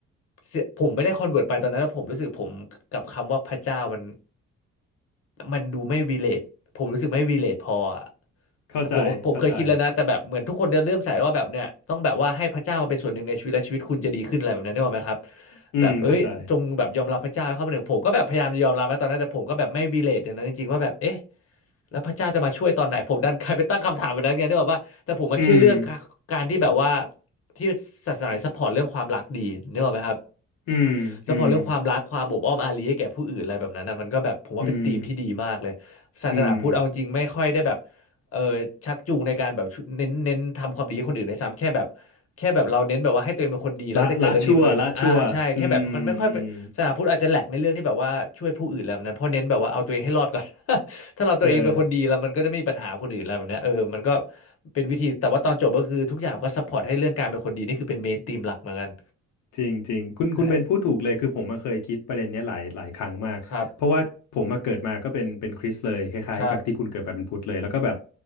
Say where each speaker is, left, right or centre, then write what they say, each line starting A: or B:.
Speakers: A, on the left; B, on the left.
A: เสียผมไม่ได้คอนเวิร์ตไปตอนนั้นแล้วผมรู้สึกผมกับคำว่าพระเจ้ามัน มันดูไม่ relate ผมรู้สึกไม่ relate พออะ
B: เข้าใจเข้าใจ
A: แต่ผมผมเคยคิดแล้วนะแต่แบบเหมือนทุกคนจะเริ่มใส่ว่าแบบเนี่ยต้องแบบว่าให้พระเจ้ามาเป็นส่วนหนึ่งในชีวิตและชีวิตคุณจะดีขึ้นอะไรแบบนั้นนึกออกไหมครับ
B: อืมเข้าใจ
A: แบบเอ้ยจงแบบยอมรับพระเจ้าให้เข้ามาหนึ่งผมก็แบบพยายามจะยอมรับนะตอนนั้นแต่ผมก็แบบไม่ relate อย่างนั้นจริงๆว่าแบบเอ๊ะแล้วพระเจ้าจะมาช่วยตอนไหนผมดันกลายไปตั้งคำถามแบบนั้นไงนึกออกป่ะแต่ผมมาเชื่อเรื่อง
B: อืม
A: การที่แบบว่าที่ศาสนาซัพพอร์ตเรื่องความรักดีนึกออกไหมครับ
B: อืมอืม
A: ซัพพอร์ตเรื่องความรักความอบอ้อมอารีให้แก่ผู้อื่นอะไรแบบนั้นนะมันก็แบบผมว่าเป็นธีมที่ดีมากเลย
B: อืม
A: ศาสนาพุทธเอาจริงๆไม่ค่อยได้แบบ
B: อืม
A: เออชักจูงในการแบบชุเน้นเน้นทำความดีให้คนอื่นในซ้ำแค่แบบแค่แบบเราเน้นแบบว่าให้ตัวเองเป็นคนดีแล้วก็จะเกิดเรื่องดีกับตัวเองอ่าใช่แค่แบบมันไม่ค่อยเป็นศาสนาพุทธอาจจะแหลกในเรื่องที่แบบว่าช่วยผู้อื่นแล้วนั้นเพราะเน้นแบบว่าเอาตัวเองให้รอดก่อน
B: ละละชั่วละชั่วอืมอืม
A: <laughs> ถ้าเราตัวเองเป็นคนดีแล้วมันก็จะไม่มีปัญหาคนอื่นอะไรแบบเนี้ยเออมันก็
B: เออ
A: เป็นวิธีแต่ว่าตอนจบก็คือทุกอย่างก็ซัพพอร์ตให้เรื่องการเป็นคนดีนี่คือเป็นเมนธีมหลักเหมือนกัน
B: จริงจริงคุณคุณเบนพูดถูกเลยคือผมมาเคยคิดประเด็นเนี้ยหลายหลายครั้งมากเพราะว่าผมมาเกิดมาก็เป็นเป็นคริสต์เลยคล้ายๆกับที่คุณเกิดมาเป็นพุทธเลยแล้วก็แบบ
A: ใช่ครับครับ